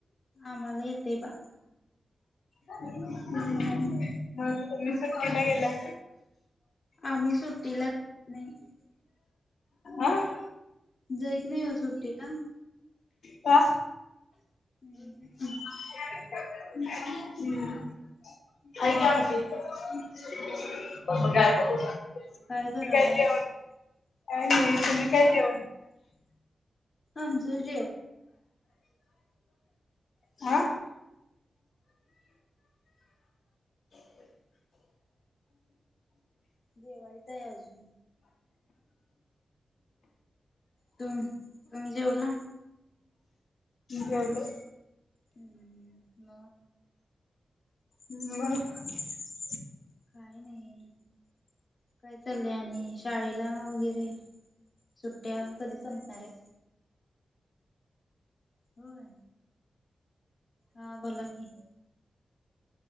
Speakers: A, on the left; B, on the left.
A: आम्हाला येतय बा.
B: ह ब तुम्ही सुट्टीला गेला.
A: आम्ही सुट्टीला जात नाही.
B: आह,
A: जईत नाही व सुट्टी ला?
B: का.
A: हम ह.
B: क <unintelligible> ठेवलं <inaudible> का काय काय
A: मग
B: <inaudible> का नाही
A: काय करायलाय?
B: तुम्ही काय जेवण केला
A: आम जजेण
B: हा
A: जेवयतायज तु तुम्ही जेवला
B: ले
A: हम्म ल
B: म
A: काय नाही काय चाललं आणि शाळेला वगैरे सुट्ट्या कधी संपणार आहे होय हा बोला की